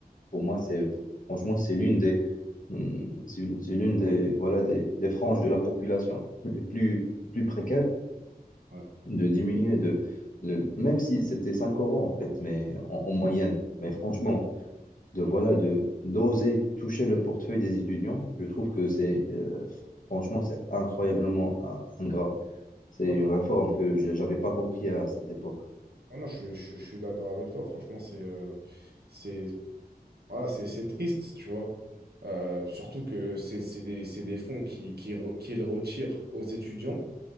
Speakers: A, on the left; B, on the right.
A: pour moi, c'est franchement, c'est l'une des, hum, c'est c'est l'une des, voilà, des, des franges de la population les plus, les plus précaires
B: Ouais.
A: de diminuer de, de- même si c'était 5 euros en fait mais en, en moyenne mais franchement de voilà de d'oser toucher le portefeuille des étudiants je trouve que c'est euh, franchement c'est incroyablement in- ingrat c'est
B: Ouais,
A: une réforme que je- j'avais pas compris à cette époque
B: Ah non, je, je- je suis d'accord avec toi. Franchement, c'est euh, c'est Voilà, c'est c'est triste, tu vois. Euh, surtout que c'est c'est des, c'est des fonds qui, qui, re- qu'ils retirent aux étudiants